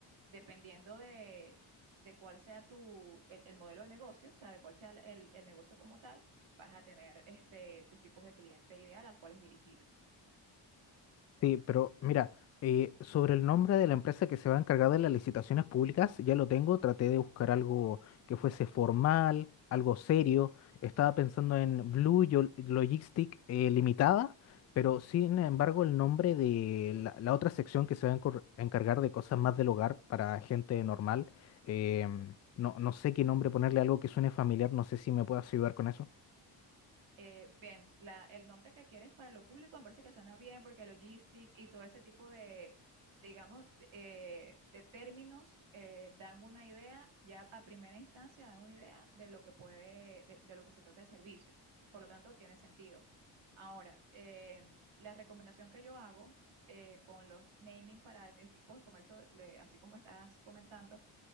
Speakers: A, on the right (about 70°); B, on the left (about 35°).
A: dependiendo de, de cuál sea tu, el, el modelo de negocio, o sea, de cuál sea el, el- el negocio como tal, vas a tener este, tus tipos de cliente ideal a cuáles dirigirte.
B: Sí, pero mira, eh, sobre el nombre de la empresa que se va a encargar de las licitaciones públicas, ya lo tengo, traté de buscar algo que fuese formal, algo serio. Estaba pensando en Blue Yo- Logistic eh, Limitada, pero sin embargo el nombre de la, la otra sección que se va a encor- encargar de cosas más del hogar para gente normal, em, no, no sé qué nombre ponerle, algo que suene familiar, no sé si me puedes ayudar con eso.
A: eh, bien, la, el nombre que quieres para lo público me parece que suena bien porque logistic y todo ese tipo de, digamos, de, eh, de términos eh, dan una idea, ya a primera instancia dan una idea de lo que puede, de, de lo que se trata el servicio. Por lo tanto, tiene sentido. Ahora, eh, la recomendación que yo hago eh, con los naming para este tipo de comercio, le- así como estás comentando,